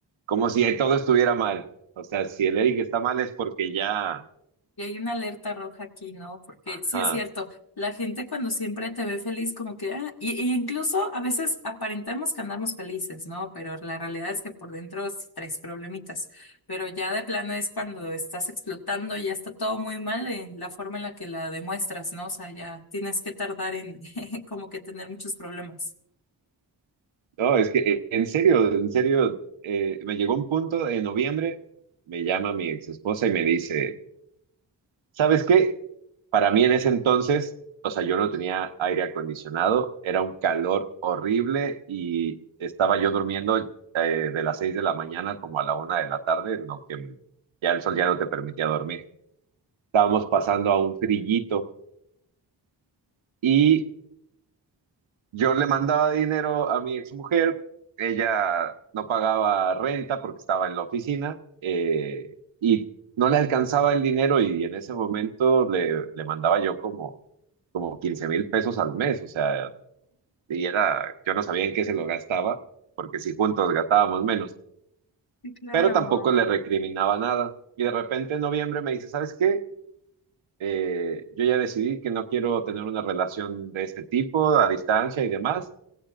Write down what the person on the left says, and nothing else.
Y hay una alerta roja aquí, ¿no? Porque
sí es cierto, la gente cuando siempre te ve feliz, como que, ah, y, y incluso a veces aparentamos que andamos felices, ¿no? Pero la realidad es que por dentro sí traes problemitas. Pero ya de plano es cuando estás explotando, ya está todo muy mal en la forma en la que la demuestras, ¿no? O sea, ya tienes que tardar en <laughs> como que tener muchos problemas.
Sí, claro.